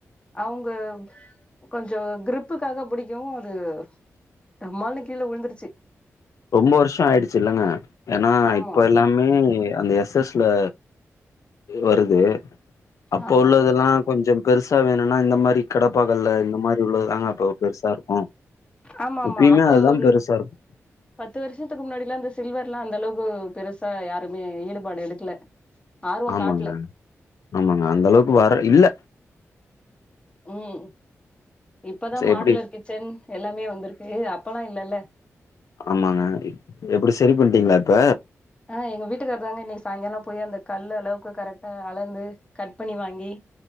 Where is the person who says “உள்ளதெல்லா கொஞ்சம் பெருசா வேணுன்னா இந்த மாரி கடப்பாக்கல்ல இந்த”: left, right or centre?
Left